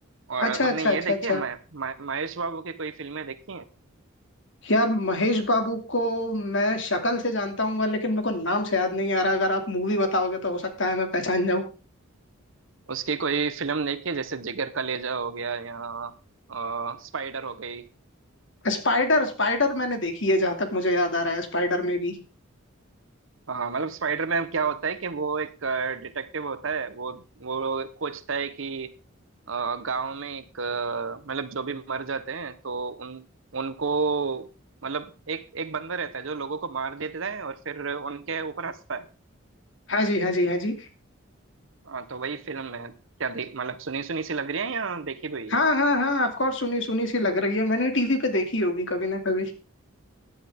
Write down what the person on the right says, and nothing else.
और
तुमने
ये देखी
है म- म- महेश बाबू की कोई फिल्में देखी हैं
उसकी कोई फिल्म देखी है जैसे जिगर कलेजा हो गया या अ, स्पाइडर हो गई
हाँ मतलब स्पाइडर में क्या होता है कि वो एक डिटेक्टिव होता है वो वो खोजता है कि अ, गांव में एक अ, मतलब जो भी मर जाते हैं तो उन उनको मतलब एक एक बंदा रहता है जो लोगों को मार देता है और फिर उनके ऊपर हंसता है
हाँ तो वही फिल्म है क्या देख मतलब सुनी सुनी सी लग रही है या देखी हुई
है